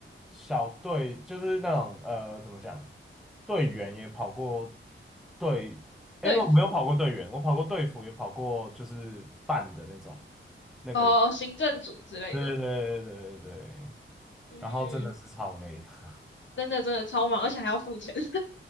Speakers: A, in the centre; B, on the left.
A: 小队，就是那种呃，怎么讲，队员也跑过队，哎，
B: 队服，
A: 我没有跑过队员，我跑过队服，也跑过就是办的那种那个人，
B: 哦，行政组之类的。
A: 对对对对对对，对
B: 嗯，
A: 然后真的是超累的。<laughs>
B: 真的真的超忙，而且还要付钱。<laughs> 你